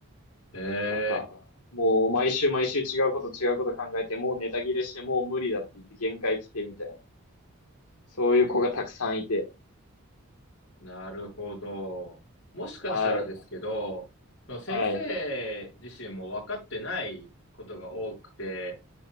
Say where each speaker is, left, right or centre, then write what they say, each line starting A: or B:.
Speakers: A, on the left; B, on the left.
A: い。へ
B: なんか、
A: え。
B: もう毎週毎週違うこと違うこと考えて、もうネタ切れして、もう無理だって言って限界来てみたいな。そういう子がたくさんいて。
A: なるほど。もしかしたらですけど、
B: はい。
A: その先生自身も分かってないことが多くて、
B: はい。